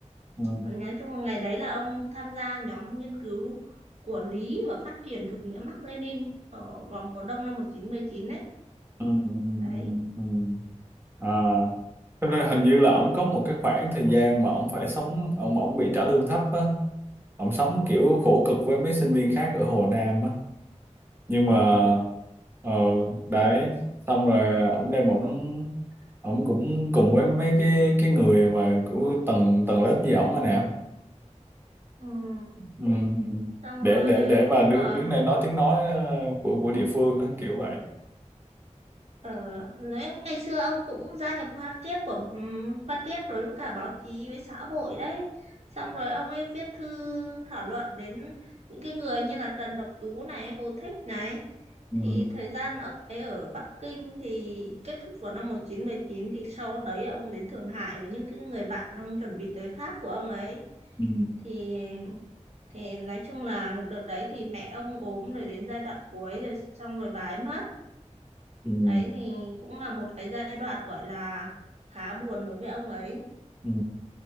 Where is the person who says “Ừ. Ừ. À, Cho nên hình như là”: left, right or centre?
Right